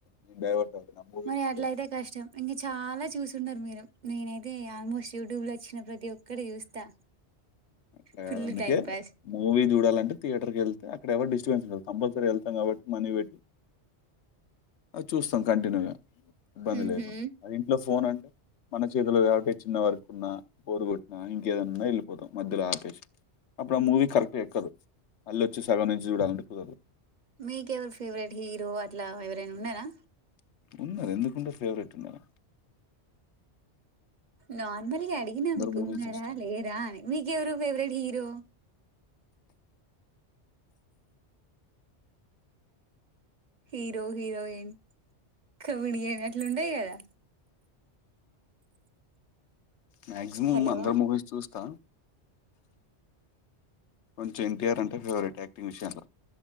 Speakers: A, on the left (about 80°); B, on the right (about 45°).
A: నేను డైవర్ట్ అవుతాను ఆ మూవీ
B: మరి
A: చెప్తుంది
B: అట్లయితే కష్టం ఇంకా చాలా చూసుండరు మీరు నేనైతే ఆల్మోస్ట్ యూట్యూబ్ లోయ్ వచ్చిన ప్రతి ఒక్కటి చూస్తా
A: అట్లా
B: ఫుల్
A: కాదు అందుకే
B: టైం పాస్
A: మూవీ చూడాలంటే థియేటర్ కేల్ అక్కడ ఎవరు డిస్టర్బెన్స్ ఉండదు కంపల్సరీ వెళ్తాం కాబట్టి మనీ పెట్టీ చూస్తాం కంటిన్యూగా ఇబ్బంది
B: ఉహు
A: లేదు అది ఇంట్లో ఫోన్ అం మన చేతిలో కాబటి చిన్న వరకు ఉన్నా బోర్ కొట్టిన ఇంకేదన్నా వెళ్ళిపోతం మధ్యలో ఆపేస్ అప్పుడు ఆ మూవీ కరెక్ట్గా ఎక్కదు మళ్ళీ వచ్చీ సగం నుంచి చూడాలంటే కుదరదు
B: మీకెవరు ఫేవరెట్ హీరో అట్లా ఎవరైనా ఉన్నారా
A: ఉన్నారు ఎందుకు ఉండరు ఫేవరెట్ ఉన్నరు
B: నార్మల్‌గా అడిగినా, మీకు
A: మూవీస్
B: ఉన్నారా
A: చూస్తా
B: లేరా అని మీకె వరు favourite hero hero heroine comedian అట్ల ఉంటాయి కదా
A: మాక్సిమం
B: హలో
A: అందరు మూవీస్ చూస్తా కొంచె ఎన్టీఆర్ అంటే ఫేవరెట్ యాక్టింగ్ విషయంలో